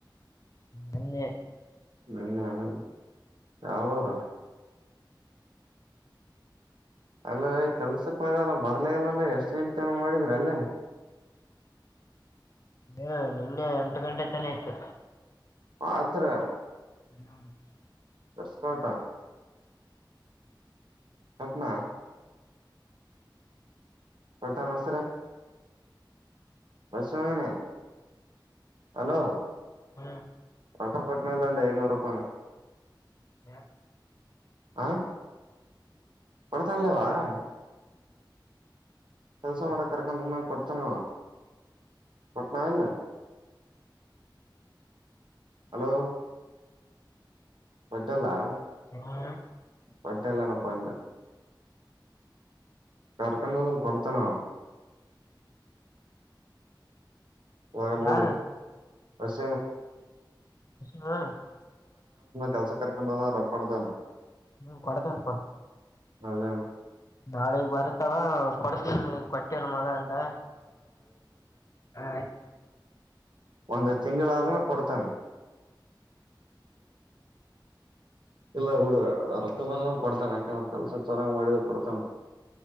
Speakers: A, on the left; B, on the right.
A: ಮೊನ್ನೆ
B: ಹ್ಮ್ ಹ್ಮ ಯಾವಊರು ಅಲ್ಲದ ಕೆಲ್ಸಕ್ಕ ಹೋದ್ರೆ ಬರ್ಲ ಇಲ್ಲಲ್ಲ ಎಷ್ಟ್ ಗಂಟೆ ಹಂಗೆ ಮಾಡಿದ್ರ ಅಲ್ಲೇ
A: ಹ್ಮ ನಿನ್ನೆ ಹತ್ತು ಗಂಟೆತನ ಇತು
B: ಆತ್ರ
A: ಹ್ಮ <inaudible>
B: ಎಕ್ಸ್ಪರ್ಟ್ <inaudible> ಪಟ್ಟನೋಸರೆ <inaudible> ಹಲೋ
A: ಹಾ
B: ಕೊಟ್ಟರು ಕೊಟ್ಟ ಒಂದು ಐನ್ನೂರು ರೂಪಾಯಿನ
A: ಹ
B: ಆ ಕೊಡ್ತಾನೆಲೆಹವ್ವ ಕೆಲ್ಸ ಮಾಡಕ್ ಕರ್ಕೊಂಡಂಗ ಕೊಡ್ತಾನ ಕೊಟ್ಣ ಏನ್ ಹಲೋ ಕೊಟ್ಟನಲ್ಲ
A: <inaudible>
B: ಕೊಟ್ಟನೇಲಪ್ಪ ಅಂದೇ ಕರ್ಕೊಂಡು ಹೋದ್ರೆ ಕೊಡತನ ಆವ ಹೋಗಲ್ಬಡಿ
A: ಯಾರು
B: <inaudible> ರಷ
A: ಹಾ
B: ಕೆಲಸ ಕರ್ಕೊಂಡ ಮೇಲೆ ಕೊಡ್ತಾನ
A: ಹ್ಮ್ ಕೊಡೇತನಪ್ಪ
B: ಅದೇಣ್ಣ
A: ನಾಳಿಗ ಬರ್ತಾವ ಕೊಡ್ ಕೊಟ್ಟಿಲ್ ಮಗ ಅಂದ ಆ
B: ಒಂದ ತಿಂಗಳು ಆದ್ರುನು ಕೊಡ್ತಾನ ಇಲ್ಲ ಬಿಡು ರೊಕ್ಕಬಂದ್ರೆಅವನು ಕೊಡ್ತಾನೇ ಯಾಕಂದ್ರೇ ಕೆಲ್ಸ ಚೆನ್ನಾಗಿ ಮಾಡಿದ್ರೆ ಕೊಡ್ತಾನವನು.